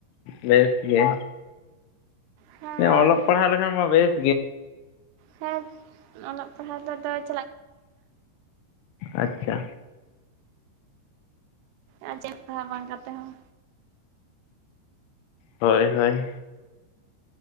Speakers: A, on the left; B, on the right.
A: ᱵᱮᱥ ᱜᱮ᱾
B: ᱦᱮᱸ
A: ᱚᱞᱚᱜ ᱯᱟᱲᱦᱟᱣ ᱞᱮᱠᱷᱟᱱ ᱢᱟ ᱵᱮᱥ᱾
B: ᱦᱮᱸ ᱚᱞᱚᱜ ᱯᱟᱲᱦᱟᱣ ᱫᱚ <unintelligible>
A: <inaudible> ᱟᱪᱪᱷᱟ᱾
B: ᱟᱨ ᱪᱮᱫ ᱮᱢ ᱯᱟᱲᱦᱟᱜ-ᱟ ᱵᱟᱝ ᱠᱟᱛᱮ ᱦᱚᱸ᱾
A: ᱦᱳᱭ ᱦᱳᱭ,